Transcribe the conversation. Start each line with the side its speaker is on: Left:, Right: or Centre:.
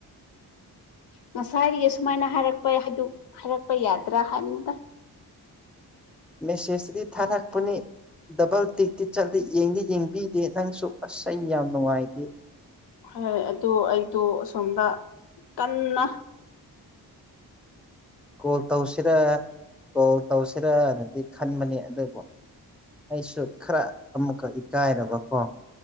Left: ꯉꯁꯥꯏꯔꯤꯗꯒꯤ ꯁꯨꯃꯥꯏꯅ ꯍꯥꯏꯔꯛꯄ ꯍꯥꯏꯔꯛꯄ ꯌꯥꯗ꯭ꯔꯥ ꯍꯥꯏꯕꯅꯤꯗ
Centre: ꯃꯦꯁꯦꯖꯗꯤ ꯊꯥꯔꯛꯄꯅꯤ ꯗꯕꯜ ꯇꯤꯛꯇꯤ ꯆꯠꯂꯤ ꯌꯦꯡꯗꯤ ꯌꯦꯡꯕꯤꯗꯦ ꯅꯪꯁꯨ ꯑꯁ ꯑꯩꯅ ꯌꯥꯝ ꯅꯨꯡꯉꯥꯏꯇꯦ
Left: ꯍꯣꯏ ꯑꯗꯨ ꯑꯩꯗꯣ ꯑꯁꯣꯝꯗ ꯀꯟꯅ
Centre: ꯀꯣꯜ ꯇꯧꯁꯤꯔ ꯀꯣꯜ ꯇꯧꯁꯤꯔꯥꯅꯗꯤ ꯈꯟꯕꯅꯤ ꯑꯗꯨꯕꯨ ꯑꯩꯁꯨ ꯈꯔ ꯑꯃꯨꯛꯀ ꯏꯀꯥꯏꯔꯕꯀꯣ